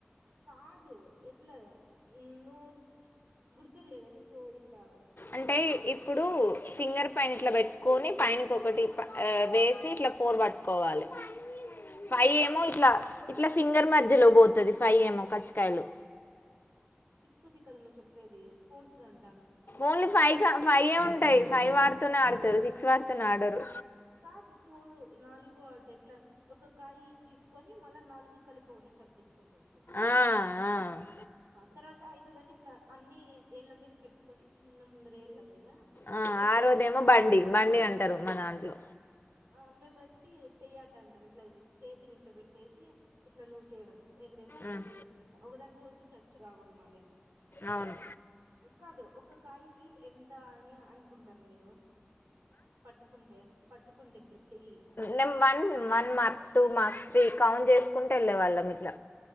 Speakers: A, on the right (about 90°); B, on the left (about 60°).
A: కాదు ఎట్లాయా ఏ నువ్వు గుర్తిర్లేదా నీక్ తో ఇట్లా ఏంటేన్
B: అంటే ఇప్పుడు ఫింగర్ ఫైన ఇట్లా బెట్టుకొని పైనకి ఒకటి వేసి ఇట్లా ఫోర్ బట్టుకోవాలి. ఫై యేమో
A: అది ఎన్నోది
B: ఇట్లా,
A: సిక్స్త్ది
B: ఇట్లా ఫింగర్
A: కదా అది
B: మధ్యలో పోతది ఫై యేమో కచ్చకయలు
A: తుది కదా నువ్వు చెప్పేది ఫార్త్ దండ్
B: ఓన్లీ ఫై కా ఫైయే ఉంటాయి. ఫైవ్ ఆడుతూనే ఆడతారు. సిక్స్ వార్ తున్నాడారు
A: కాదు ఫోర్ నాలుగోట్ ఎట్లా ఒక కాయి తీసుకొని మళ్ళా నాలుగు కాలిపోకట్ ఒకటే సారి తీసుకుంటారు కదా
B: ఆ ఆ
A: తరువాత ఐదవధి ఇట్లా అన్ని ఏళ్ళ మీద పెట్టుకొని చిన్న ముందరేళ్ళ మీద
B: ఆ
A: ఇట్లా
B: ఆరోదేమో
A: వేసుకని ఇట్లా
B: బండి
A: పట్టుకుంటంది
B: బండి అంటారు మా దాంట్లో
A: ఆ మేము వచ్చి చేయ్యడ అంటాం ఇట్లా చేతిని ఇట్లా పెట్టేసి ఇట్లా నూకేయడం ఎగరేసుకుంట
B: ఉమ్
A: ఎగేకుంటా ఒకదాని హోగి టచ్ కాకూడదు మళ్ళీ
B: అవును
A: కాదు ఒక కాయకి ఎంత అని అనుకుంటారు మీరు పట్టుకుంటే పట్టుకుంటే చెయ్యి
B: నే one one mark two mark three count చేస్త కుంటే ఎలే వాళ్ళం ఇట్ల